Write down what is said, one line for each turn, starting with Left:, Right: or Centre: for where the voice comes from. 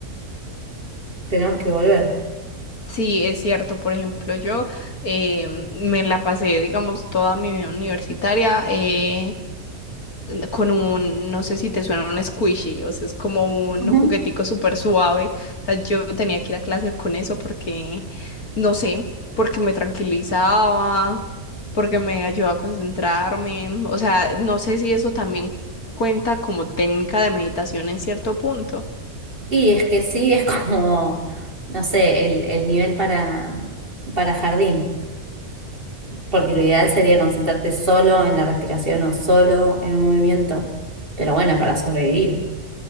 Right: tenemos que volver.
Left: Sí, es cierto. Por ejemplo, yo em, me la pasé, digamos, toda mi vida universitaria eh, n- con un, no sé si te suena un squishy, o sea, es como un
Right: Ujú.
Left: juguetico súper suave. O sea, yo tenía que ir a clase con eso porque, no sé, porque me tranquilizaba, porque me ayudaba a concentrarme. O sea, no sé si eso también cuenta como técnica de meditación en cierto punto.
Right: Y es que sí, es como, no sé, el, el nivel para, para jardín, porque lo ideal sería concentrarte solo en la respiración o solo en un movimiento, pero bueno, para sobrevivir.